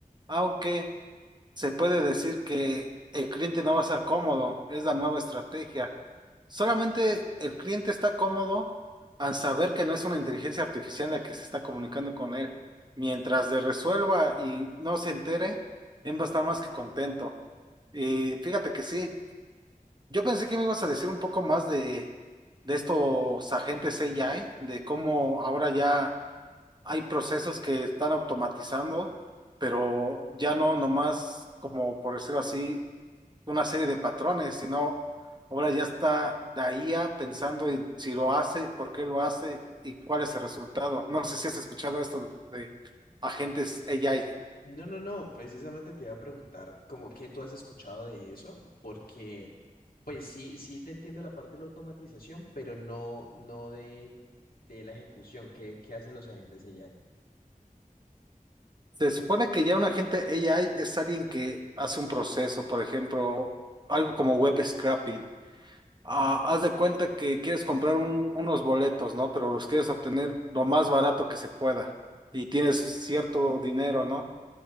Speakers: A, on the right; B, on the left.
A: Aunque se puede decir que el cliente no va a estar cómodo, es la nueva estrategia. Solamente el cliente está cómodo al saber que no es una inteligencia artificial la que se está comunicando con él. Mientras le resuelva y no se entere, él va a estar más que contento. Y fíjate que sí, yo pensé que me ibas a decir un poco más de, de estos agentes AI, de cómo ahora ya hay procesos que están automatizando, pero ya no nomás como por decirlo así, una serie de patrones, sino ahora ya está la IA pensando en si lo hace, por qué lo hace y cuál es el resultado. No sé si has escuchado esto de agentes AI.
B: No, no, no, precisamente te iba a preguntar como qué tú has escuchado de eso, porque pues sí, sí te entiendo la parte de la automatización, pero no, no de, de la ejecución, ¿qué, qué hacen los agentes AI?
A: Se supone que ya un agente AI es alguien que hace un proceso, por ejemplo, algo como web scraping. Ah, haz de cuenta que quieres comprar un- unos boletos, ¿no? Pero los quieres obtener lo más barato que se pueda y tienes cierto dinero, ¿no?